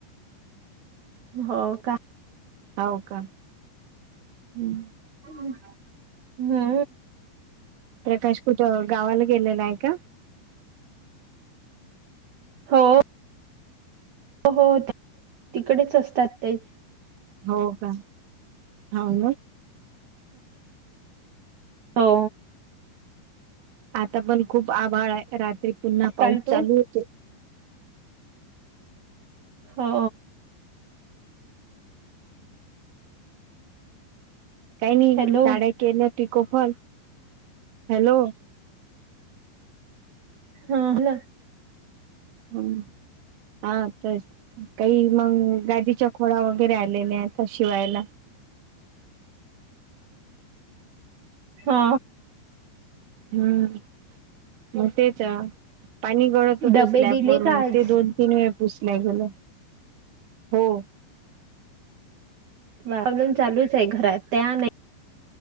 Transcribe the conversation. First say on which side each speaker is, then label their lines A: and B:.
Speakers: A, on the right (about 45°); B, on the right (about 80°).
A: हो का,
B: होव का हम्,
A: हम्म,
B: प्रकाश कुठं गावाला गेलेलाय काय?
A: हो, हो हो तिकडेच असतात ते
B: हो का हा ना
A: हो
B: आता पण खूप आभाळाय रात्री पुन्हा
A: काल
B: पाऊस
A: तू
B: चालू होतो
A: हो
B: काई नई
A: हॅलो
B: साड्या केले पीकोफॉल हॅलो
A: हा हॅलो
B: हम्म हा तर काई मग गादीच्या खोळा वगैरे आलेल्या आता शिवायला
A: हा
B: हम्म मग तेच पाणी गळत हुतं
A: डबे
B: स्लॅपवरून
A: दिले का आज?
B: ते दोन तीन वेळ पुस नाही गेलं हो
A: अजून चालूचय घरात त्या नाही